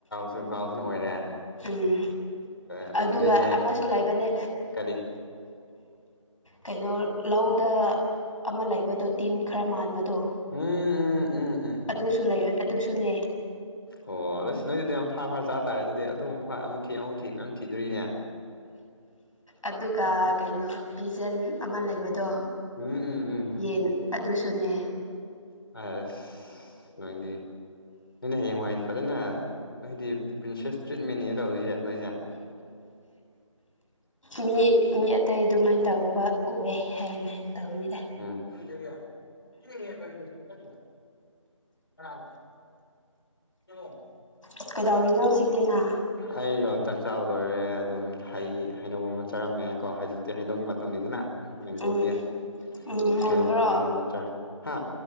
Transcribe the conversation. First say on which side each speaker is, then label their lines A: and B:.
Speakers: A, on the left (about 45°); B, on the left (about 75°).
A: ꯁꯨꯝ ꯒꯥꯎꯁꯤꯅ ꯑꯣꯏꯔꯦ
B: ꯎꯝ
A: ꯑꯗꯩ
B: ꯑꯗꯨꯒ
A: ꯅꯣꯏꯁꯦ
B: ꯑꯃꯁꯨ ꯂꯩꯕꯅꯦ
A: ꯀꯔꯤ
B: ꯀꯩꯅꯣ ꯂꯧꯗ ꯑꯃ ꯂꯩꯕꯗꯣ ꯇꯤꯟ ꯈꯔ ꯃꯥꯟꯕꯗꯣ
A: ꯎꯝ ꯎꯝ ꯎꯝ ꯎꯝ ꯎꯝ
B: ꯑꯗꯨꯁꯨ ꯂꯩ ꯑꯗꯨꯁꯨꯅꯦ
A: ꯑꯣ ꯑꯗꯣ ꯁꯤ ꯅꯣꯏꯗꯨꯗꯤ ꯌꯥꯝ ꯐꯥ ꯐꯥꯔ ꯆꯥ ꯇꯔꯦ ꯑꯗꯨꯗꯤ ꯑꯗꯨꯨꯛ ꯐ ꯑꯃꯨ ꯊꯤ ꯑꯃꯨ ꯊꯤ ꯃ ꯌꯥꯝꯌꯥꯝ ꯊꯤꯗꯣꯏꯔꯤꯅꯦ
B: ꯑꯗꯨꯒ ꯀꯩꯅꯣ ꯄꯤꯖꯟ ꯑꯃ ꯂꯩꯕꯗꯣ
A: ꯎꯝ ꯎꯝ ꯎꯝ
B: ꯌꯦꯟ ꯑꯗꯨꯁꯨꯅꯦ
A: ꯑꯦꯁ ꯅꯣꯏꯗꯤ ꯅꯣꯏꯅ ꯍꯌꯦꯡꯋꯥꯏꯗꯤ ꯐꯖꯅ ꯍꯥꯏꯗꯤ ꯄ꯭ꯔꯤꯟꯁꯦꯁ ꯇ꯭ꯔꯤꯠꯃꯟꯅꯦ ꯇꯧꯣꯏꯁꯦ ꯉꯏꯖꯥ
B: ꯃꯤ ꯃꯤ ꯑꯇꯩ ꯑꯗꯨꯃꯥꯏꯅ ꯇꯧꯕ ꯎꯑꯦ ꯍꯥꯏꯅ ꯍꯥꯏ ꯇꯧꯅꯤꯗ
A: ꯎꯉ ꯑꯥ ꯌꯦꯣ
B: ꯑꯁ ꯀꯩꯗꯧꯔꯤꯅꯣ ꯍꯧꯖꯤꯛꯇꯤꯅ
A: ꯑꯩꯔꯣ ꯆꯥꯛ ꯆꯥꯕ ꯂꯣꯏꯔꯦ ꯑꯗꯨꯝ ꯍ ꯍꯩꯅꯧ ꯑꯃ ꯆꯥꯔꯝꯃꯦ ꯀꯣ ꯍꯧꯖꯤꯛꯇꯤ ꯍꯩꯅꯧꯒꯤ ꯃꯇꯝꯅꯤꯗꯅ ꯃꯦꯡꯒꯣꯒꯤ
B: ꯎꯝ ꯎꯝ
A: ꯑꯗꯨꯩꯅꯧ
B: ꯃꯨꯟꯕ꯭ꯔꯣ
A: ꯍꯥꯏꯩꯅꯧ ꯃꯆꯥ ꯍꯥ